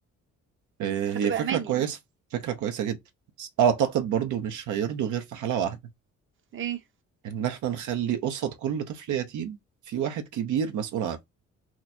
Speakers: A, on the right; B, on the right.
A: آه،
B: فتبقى
A: هي فكرة
B: امان
A: كويسة
B: يعني
A: فكرة كويسة جدا بس أعتقد برضو مش هيرضوا غير في حالة واحدة
B: ايه
A: إن إحنا نخلي قصاد كل طفل يتيم في واحد كبير مسؤول عنه